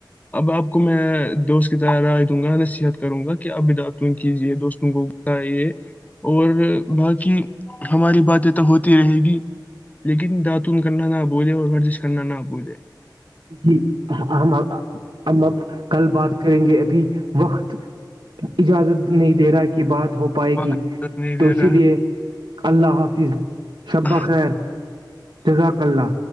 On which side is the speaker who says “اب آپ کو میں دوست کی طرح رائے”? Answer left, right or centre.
Left